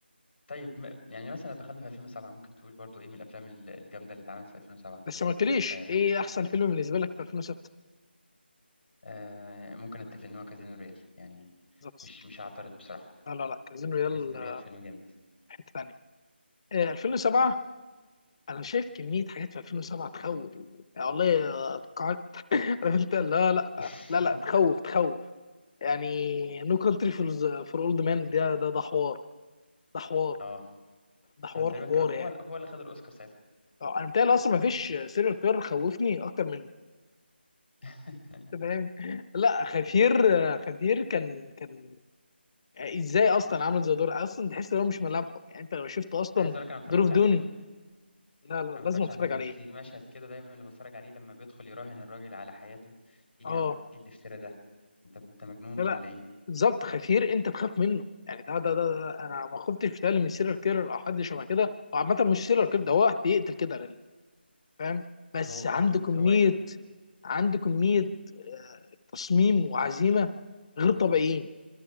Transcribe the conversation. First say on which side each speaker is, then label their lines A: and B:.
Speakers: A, on the left (about 70°); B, on the left (about 30°).
A: طيب م- يعني مثلا لو دخلنا في 2007 ممكن تقول برضو ايه من الافلام ال- الجامده اللي اتعملت في 2007
B: بس ما قلتليش
A: آه
B: ايه احسن فيلم بالنسبه لك في 2006
A: آه ممكن اتفق ان هو كازينو ريال يعني
B: بالظبط
A: مش مش هعترض بصراحه
B: لا لا لا كازينو ريال
A: كازينو
B: آه،
A: ريال فيلم جامد
B: حته ثانيه آه، 2007 انا شايف كميه حاجات في 2007 تخوف يعني والله آه، قاعد- عارف <laughs> انت لا لا
A: <laughs>
B: آه، لا لا تخوف تخوف يعني نو كونتري فور فور اولد مان ده ده ده حوار ده حوار
A: اه
B: ده حوار
A: ده تقريبا
B: حوار
A: كان
B: يعني
A: هو هو اللي خد الاوسكار ساعتها
B: آه، انا بتهيألي اصلا ما فيش سيريال كيلر خوفني اكتر منه
A: <laughs>
B: أنت فاهم لا خفير آه، خفير كان كان يعني ازاي اصلا عامل زي دور اصلا تحس ان هو مش ملامحه يعني انت لو شفت اصلا
A: انا عايز اقول لك انا ما اتفرجتش
B: ظروف دون
A: على الفيلم
B: لا لا
A: انا ما
B: لازم
A: اتفرجش
B: تتفرج
A: على فيلم بس
B: عليه
A: في مشهد كده دايما اللي بتفرج عليه لما بيدخل يراهن الراجل على حياته ايه
B: اه
A: يا عم ايه الافتراء ده انت انت مجنون
B: لا
A: ولا ايه
B: بالظبط خفير انت تخاف منه يعني ده ده ده, ده انا ما خفتش بتهيألي من سيريال كيرر او حد شبه كده او عامه مش سيريال كيرر ده هو واحد بيقتل كده لل- فاهم بس
A: هو
B: عنده كميه
A: هواية
B: عنده كميه آه، تصميم وعزيمه غير طبيعيين